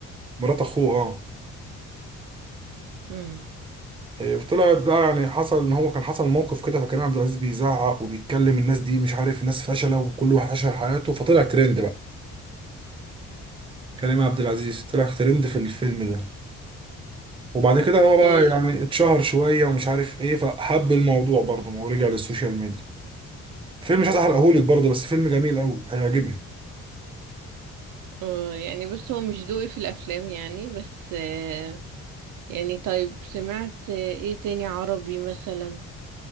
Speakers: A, on the right; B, on the right.
A: مرات اخوه اه
B: امم
A: إيه، طلعت بقى يعني حصل ان هو كان حصل موقف كده فكان عبد العزيز بيزعق وبيتكلم الناس دي مش عارف ناس فشله وكل واحد عاش حياته فطلع ترند بقى كريم عبد العزيز طلع ترند في الفيلم ده وبعد كده هو
B: اوكي
A: بقى يعني اتشهر شويه ومش عارف ايه فحب الموضوع برضه ما هو رجع للسوشيال ميديا فيلم مش عايز احرقهولك برضه بس فيلم جميل قوي هيعجبك
B: آه يعني بص هو مش ذوقي في الافلام يعني بس آه يعني طيب سمعت آه ايه تاني عربي مثلا